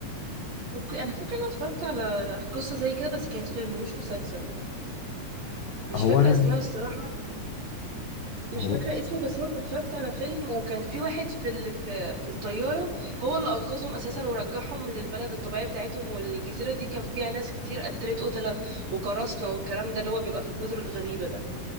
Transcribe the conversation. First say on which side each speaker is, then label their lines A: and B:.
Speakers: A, on the right (about 80°); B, on the left (about 75°).
A: اوكي انا فاكره ان انا اتفرجت على قصه زي كده بس كانت فيلم مش مسلسل مش
B: هو
A: فاكره
B: انا
A: اسمها الصراحه مش
B: هو
A: فاكره اسمه بس هو كنت اتفرجت على فيلم وكان في واحد في ال... في في الطياره هو اللي انقذهم اساسا ورجعهم للبلد الطبيعيه بتاعتهم والجزيره دي كان فيها ناس كتير قتلت قتله وقراصنه والكلام ده اللي هو بيبقى في الجزر الغريبه ده